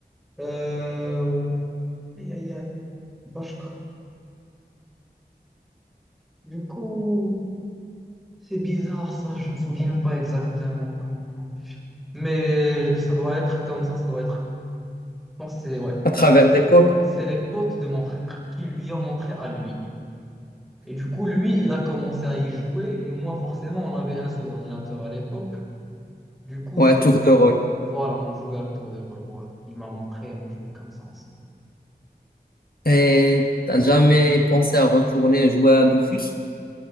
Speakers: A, in the centre; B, on the left.
A: Euh... Aïe, aïe, aïe. Bah, je- Du coup... C'est bizarre ça, je ne me souviens pas exactement comment. Mais ça doit être comme ça, ça doit être. Je pense que c'est ouais.
B: À travers
A: C'est
B: des potes?
A: c'est les potes de mon frère qui lui ont montré à lui. Et du coup, lui, il a commencé à y jouer. Et moi, forcément, on avait un seul ordinateur à l'époque. Du coup,
B: Ouais,
A: je
B: tour de rôle.
A: voilà, on jouait à tour de rôle. Voilà. Il m'a montré, on jouait comme ça ensemble.
B: Et t'as jamais pensé à retourner jouer à Dofus?